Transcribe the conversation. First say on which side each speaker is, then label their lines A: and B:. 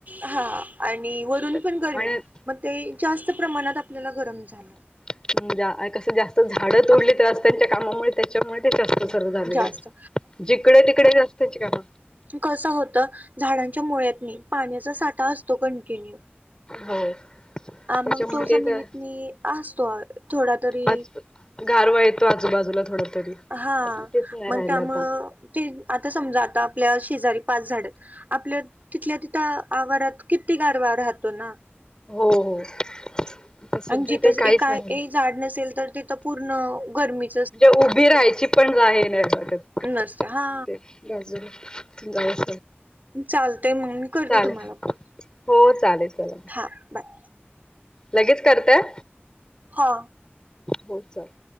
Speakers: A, on the right (about 45°); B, on the left (about 20°).
A: हा आणि वरून
B: आणि
A: पण गरमी, मग ते जास्त प्रमाणात आपल्याला गरम झालं‌.
B: <unintelligible> आ कसं जास्त झाडं तोडली तर आज त्यांच्या कामामुळे त्याच्यामुळे तिथं बरं झाल
A: जास्त
B: बाई! जिकडे तिकडे जास्त असत का?
A: कस? होत झाडांच्या मुळ्यातनी पाण्याचा साठा अस तो कंटिन्यू.
B: हो.
A: हा
B: त्याच्यामुळे
A: मग, तो
B: ते
A: जमिनीतनी
B: तर
A: असतो. थोडा तरी.
B: आज गारवा येतो. आजूबाजूला थोडं तरी.
A: हा
B: तेच नाही
A: मग
B: राहिलं
A: त्यामुळं
B: आता
A: ते आता की समजा आता आपल्या शेजारी पाच झाड आहेत. आपल्या तिथल्या तिथं आवारात किती गारवा राहतो ना.
B: हो हो. आता सध्या
A: आणि जिथं
B: ते काहीच
A: काय?
B: नाही राहिलं
A: झाड नसेल, तर तिथं पूर्ण गरमी.
B: म्हणजे उभी राहायची पण <unintelligible>
A: नसते हा
B: तेच बाजूला तु जाऊ <unintelligible>
A: चालतय मग मी करते
B: चालेल.
A: तुम्हाला पण
B: हो चालेल चला..
A: हा बाय
B: लगेच करतंय.
A: हा.
B: हो चालेल.